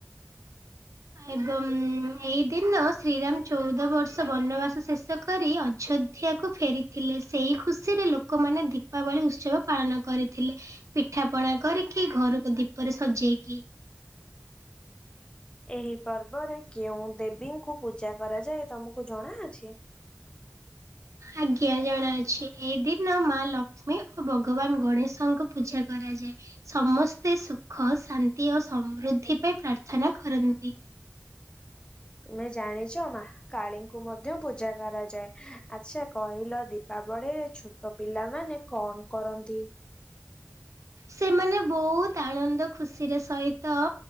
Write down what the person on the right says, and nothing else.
ଏବଂ ଏଇ ଦିନ ଶ୍ରୀରାମ ଚଉଦ ବର୍ଷ ବନବାସ ଶେଷ କରି ଅଯୋ ଧ୍ୟାଆକୁ ଫେରିଥିଲେ, ସେହି ଖୁସିରେ ଲୋକମାନେ, ଦୀପାବଳି ଉତ୍ସବ ପାଳନ କରିଥିଲେ। ପିଠା, ପଣା କରିକି, ଘରକୁ ଦୀପରେ ସଜେଇକି
ଆଜ୍ଞା, ଜଣାଅଛି। ଏଇ ଦିନ ମା ଲକ୍ଷ୍ମୀ ଓ ଭଗବାନ ଗଣେଶଙ୍କୁ ପୂଜା କରାଯାଏ। ସମସ୍ତେ ସୁଖ, ଶାନ୍ତି ଓ ସମୃଦ୍ଧି ପାଇଁ ପ୍ରାର୍ଥନା କରନ୍ତି।
ସେମାନେ, ବହୁତ ଆନନ୍ଦ, ଖୁସିର ସହିତ